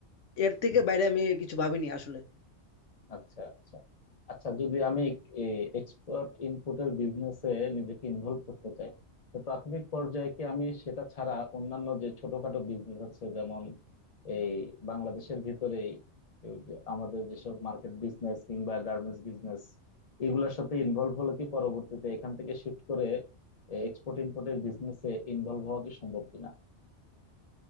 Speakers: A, on the left; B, on the left.
A: এর থেকে বাইরে আমি কিছু ভাবিনি আসলে
B: আচ্ছা আচ্ছা আচ্ছা যদি আমি এক্সপার্ট ইনপুটের বিজনেসে নিজেকে ইনভলভ করতে চাই তো প্রাথমিক পর্যায়ে কি আমি সেটা ছাড়া অন্যান্য যে ছোটখাটো বিজনেস আছে যেমন এই বাংলাদেশের ভিতরেই এই যে আমাদের যেসব মার্কেট বিজনেস কিংবা গার্মেন্টস বিজনেস এগুলোর সাথে ইনভলভ হলে কি পরবর্তীতে এখান থেকে শিফট করে এক্সপোর্ট ইম্পোর্টের বিজনেসে ইনভলভ হওয়া কি সম্ভব কিনা